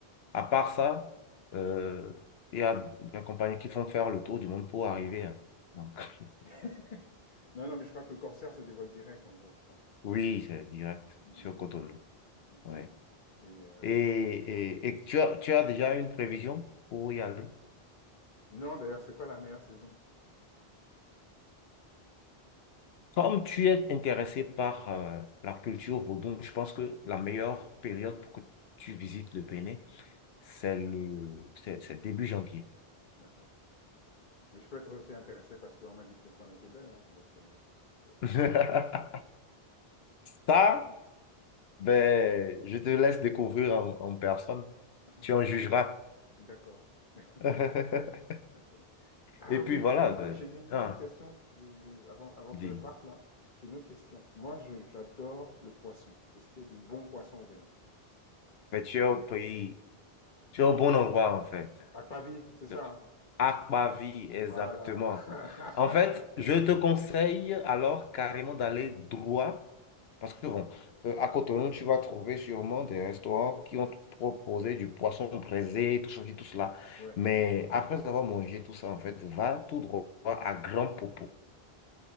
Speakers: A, on the left; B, on the left.
A: À part ça, euh, il y a des compagnies qui font faire le tour du monde pour arriver. hein. Donc, <laughs>
B: <laughs> Non, non, mais je crois que Corsair, c'est des vols directs, en fait, je crois.
A: oui, c'est direct
B: Mm, mm,
A: sur
B: mm.
A: Cotonou.
B: Ok.
A: Ouais.
B: Et euh,
A: Et, et, et tu as, tu as déjà une prévision pour y aller?
B: non, d'ailleurs, c'est quoi la meilleure saison?
A: Comme tu es intéressé par euh, la culture vaudou, je pense que la meilleure période pour que tu visites le Bénin, c'est le, c'est c'est début janvier.
B: D'accord. Mais je peux être aussi intéressé parce qu'on m'a dit que les femmes étaient belles, hein, donc. euh, y a pas-
A: <laughs> Ça, ben, je te laisse découvrir en en personne.
B: <laughs>
A: Tu en jugeras.
B: D'accord. <laughs>
A: <laughs>
B: D'accord. Ah
A: Et puis
B: oui,
A: voilà,
B: ah oui,
A: euh,
B: j'ai une une
A: ah,
B: autre question je- avant, avant
A: dis.
B: que je parte là. J'ai une autre question. Moi, je- j'adore le poisson. Est-ce qu'il y a du bon poisson au Bénin?
A: Mais tu es au pays, tu es au bon endroit en fait.
B: Akpavi, c'est ça,
A: Le-
B: hein
A: Aquavie, exactement.
B: Voilà.
A: En fait,
B: <laughs>
A: je te conseille alors carrément d'aller droit, parce que bon, euh, à Cotonou, tu vas trouver sûrement des restaurants qui vont te proposer du poisson braisé, tout ceci, tout cela.
B: Ouais,
A: Mais après avoir mangé tout ça, en fait, va tout droit à Grand Popo.